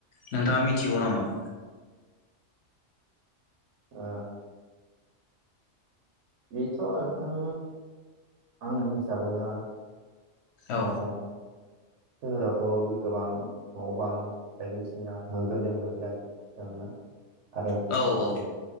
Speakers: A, on the left; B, on the right.
A: नोंथाङा मिनथिगौ नामा?
B: आ बिथ' नोंथां आंनि हिसाबैबा
A: औ
B: ए सोहोरावथ' गोबां न' बां बायदिसिना होंगो दोंगो बिराद जोंना आरो।
A: औ औ